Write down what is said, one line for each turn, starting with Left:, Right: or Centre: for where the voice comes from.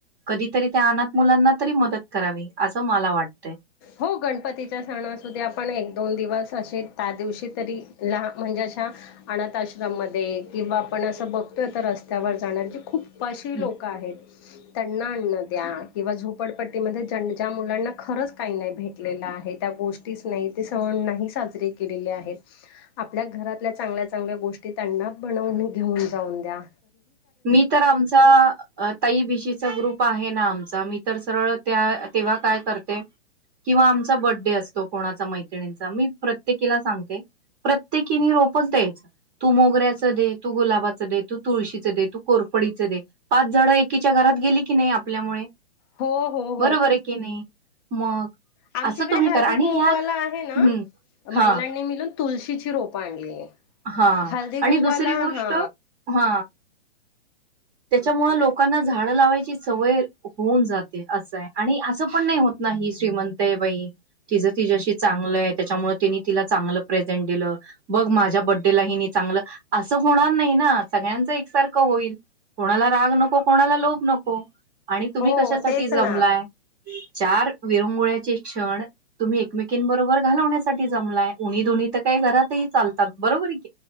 Right: कधीतरी आन - मुलांना तरी मदत करावी असं मला वाटतंय
Left: हो गणपतीच्या सणासध आपण एक दोन दिवस असे. त्या दिवशी तरी लहान म्हणजे अशा अनाथ आश्रममध्ये किंवा आपण असं बघतोय तर रस्त्यावर जाणार जी खूप उपाशी
Right: हम्म.
Left: लोक आहेत त्यांना अन्न द्या किंवा झप झोपडपट्टी मध्यें ज्या मुलांना खरंच काही नाही भेटलेला आहे त्या गोष्टी च नाही ते सण नाही साजरे केलेले आहेत. आपल्या घरातल्या चांगल्या चांगल्या गोष्टी त्यांना बनवूने घेऊन जाऊन दया.
Right: मी तर आमचा अअ ताई भिशीचा ग्रुप प आहे ना आमचा मी तर सरळ त्या तेव्हा काय करते किंवा आमचा बर्थडे असतो कोणाचा मैत्रिणींचा मी प्रत्येकीला सांगते प्रत्येकीनि रोपच द्यायच तू मोगऱ्याच दे तू गुलाबाचं दे तू तुळशीच दे तू कोरफडीच दे पाच झाड एकीच्या घरात गेली की नाही आपल्यामुळे
Left: हो हो
Right: बरोबर
Left: हो
Right: ये की नही. मग
Left: आमच्या
Right: असं
Left: इकडे
Right: तुम्ही
Left: हळदी
Right: करा आणि
Left: कुंकवाला
Right: ह्यात
Left: आहे ना
Right: हम्म
Left: महिलांनी
Right: हा
Left: मिलून तुलशीची रोपं आणली.
Right: ह
Left: हळदी
Right: आणि
Left: कुंकवाला
Right: दुसरी गोष्ट
Left: हा
Right: ह त्याच्यामुळे लोकांना झाड लावायची सवय होऊन जाते असआहे आणि अस पण नाही होत नाही श्रीमंत आहे बाई तिचं तिच्याशी चांगलंय त्याच्यामुळे तिनी तिला चांगल प्रेझेंट दिलं बघ माझ्या बड्डेलाही नि चांगलं असं होणार नाही ना सगळ्यांच एकसारखं होईल कोणाला राग नको कोणाला लोभ नको. आणि तुम्ही
Left: हो
Right: कशासाठी
Left: तेच
Right: जमलाय
Left: ना
Right: चार विरंगोळ्याचे क्षण तुम्ही एकमेकींबरोबर घालवण्यासाठी जमलाय. उणी दुणी तर काय घरातही चालत. <unintelligible>